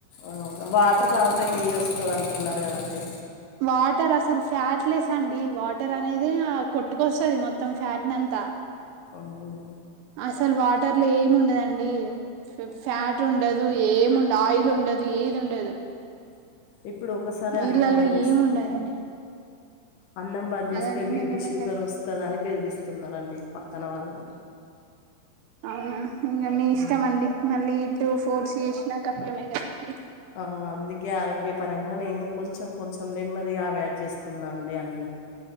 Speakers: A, on the left (about 70°); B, on the right (about 80°).
A: అవును వాటర్ తాగుతే
B: ఆ
A: నీరుస్తుంది అంత ఉన్నారు కదండి
B: వాటర్ అసలు ఫ్యాట్లెస్ అండి వాటర్ అనేది కొట్టుకొస్తుది మొత్తం ఫ్యాట్ నంతా
A: అవును
B: అసలు వాటర్ లో ఏమి ఉండదండి ఫ్యాట్ ఉండదు ఏముండదు ఆయిల్ ఉండదు ఏది ఉండదు
A: ఇప్పుడు ఒకసారి
B: నీళ్ళల్లో
A: అన్నం బంద్ 'చేస్తే
B: ఏమి ఉండదండి
A: అన్నం బంద్‌ చేస్తే
B: అదండి
A: బీపిషుగర్
B: మెల్లమెల్లగా
A: వస్తుంద అని బేదిరిస్త వస్తున్న రండి పక్కన వాళ్ళు
B: అవునా ఇంకా మీ ఇష్టం
A: ఉమ్.
B: అండి మళ్ళీ టూ ఫోర్స్ చేస్ నా కష్టమే కదా అండి
A: ఆ అందుకే ఆరోగ్య పరంగా నేను కొంచెం కొంచెం నెమ్మదిగా అవియాడ్ చేస్తున తున్నాండి అన్ని